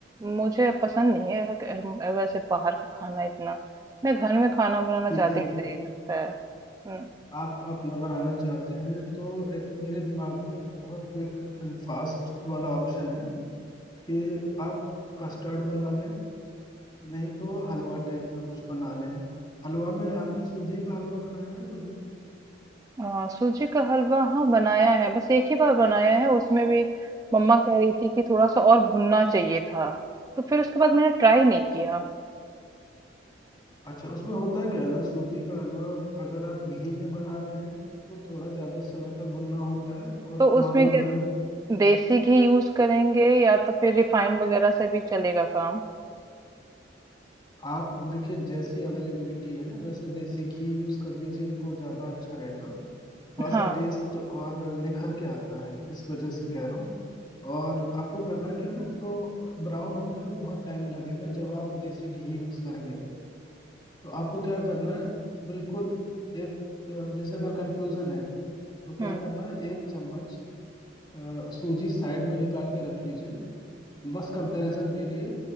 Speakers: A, on the right (about 20°); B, on the left (about 25°).
A: मुझे पसंद नहीं है ऐसा क- वैसे बाहर का खाना इतना मैं घर में खाना बनाना
B: ठीक
A: ज्यादा
B: है
A: ही सही लगता है हम्म
B: आप अपना बनाना चाहते हैं तो एक मेरे दिमाग में एक बहुत क्विक एंड फास्ट वाला ऑप्शन है कि आप कस्टर्ड बना लें नहीं तो हलवा टाइप में कुछ बना लें हलवा में आपने सूजी का हलवा बनाया है कभी
A: हाँ सूजी का हलवा हाँ बनाया है बस एक ही बार बनाया है उसमें भी मम्मा कह रही थी कि थोड़ा सा और भुनना चाहिए था तो फिर उसके बाद मैंने ट्राई नहीं किया
B: अच्छा उसमें होता क्या है ना सूजी का हलवा अगर आप घी में बना रहे हैं तो थोड़ा ज्यादा समय तक भुनना होता है और
A: तो उसमें
B: नॉर्मल
A: क्या
B: अगर
A: देसी घी यूज करेंगे या तो फिर रिफाइंड वगैरह से भी चलेगा काम
B: आप देखिए जैसी अवेलेबिलिटी है वैसे देसी घी यूज कर लीजिए तो ज्यादा अच्छा रहेगा थोड़ा
A: हाँ
B: सा टेस्ट और निखर के आता है इस वजह से कह रहा हूँ और आपको करना क्या है ना एक तो ब्राउन होने में बहुत टाइम लगेगा जब आप देसी घी यूज करेंगे तो आपको क्या करना है बिल्कुल एक अ, जैसे अगर कंफ्यूजन है तो क्या
A: हम्म
B: करना है एक चम्मच अ, सूजी साइड में निकाल के रख लीजिए बस कंपैरिजन के लिए